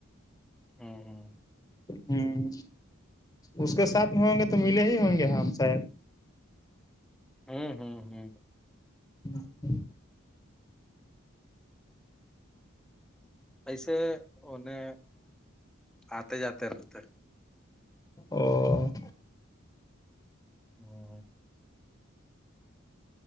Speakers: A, in the centre; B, on the left.
A: ہاں ہاں
B: ہوں اس کے ساتھ میں ہوں گے تو ملے ہی ہوں گے ہم شاید
A: ہوں ہوں ہوں
B: ہوں
A: ایسے اننے آتے جاتے رہتے
B: ا <inaudible>
A: ہاں